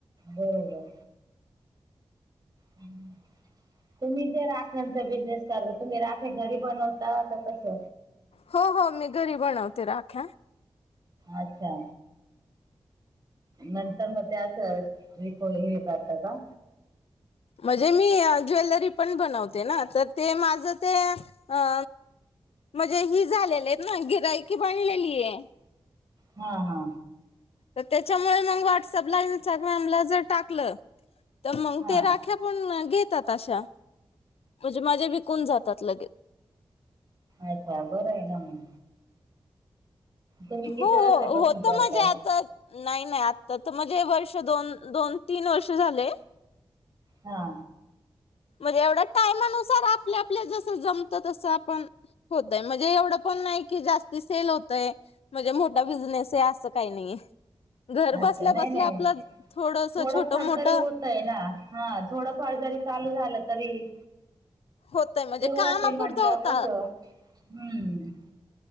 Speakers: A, on the right; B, on the left.
A: बरोबर. हम्म. तुम्ही ते राख्यांचा बिझनेस कर, तुम्ही राख्या घरी बनवता का कस?
B: हो हो मी घरी बणवते राख्या.
A: अच्छा. नंतर मग त्या आसं विकून हे करता का?
B: मजे मी अ.. ज्वेलरी पण बनवते ना तर ते माझं ते अ मजे ही झालेली हेत ना गिर्‍हाईक बणलेली ये.
A: हा हा.
B: त त्याच्यामुळे मंग व्हॉट्सअपला, इंस्टाग्राम ला जर टाकलं त मंग
A: हा
B: ते राख्या पण न घेतात अशा, म्हजे माझ्या विकून जातात लगे.
A: अच्छा, बरं आहे ना म. तुम्ही किती
B: हो
A: वर्षापासून
B: हो होत म्हणजे
A: करताय?
B: आता नाही नाही आत्ता त म्हणजे वर्ष दोन, दोन- तीन वर्ष झाले......
A: हा.
B: मग एवढा टायमानुसार आपल्या, आपल्या जसं जमतं तस आपण...... होतय म्हणजे एवढं पण नाही की जास्ती सेल होतय.... म्हजे मोठा बिझनेसये आसं काही नाही ये. घर बसल्या
A: अच्छा नाही
B: - बसल्या
A: नाही
B: आपलं थोडस
A: थोडंफार
B: छोट मोट
A: तरी होतय ना हा थोडंफार जरी चालू झालं तरी......
B: होतय म्हणजे
A: सुरुवात
B: कामापुरतं
A: ये म्हंटल्या
B: होत
A: व कसं हम्म